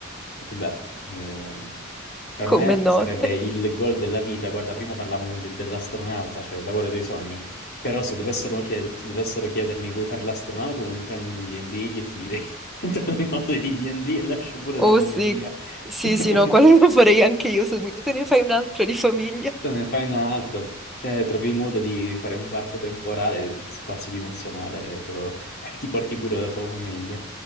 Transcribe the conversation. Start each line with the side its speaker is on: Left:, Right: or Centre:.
Left: Vabbè, eh, per
Centre: Come
Left: me
Centre: no?
Left: sarebbe il gol della vita. Guarda, prima parlavamo de- dell'astronauta, cioè il lavoro dei sogni. Però se dovessero, chied- se dovessero chiedermi vuoi fare l'astronauta o vuoi entrare nel mondo di D&D, io ti direi <laughs> entro nel mondo di D&D e D e lascio pure
Centre: Oh
Left: la famiglia.
Centre: sì, sì,
Left: <laughs>
Centre: sì, no, quello lo <laughs> farei anche io subito, te ne fai un altro di famiglia.
Left: Te ne fai un'altra, cioè trovi il modo di fare un varco temporale, spazio-dimensionale e te lo- <laughs> ti porti pure la tua famiglia.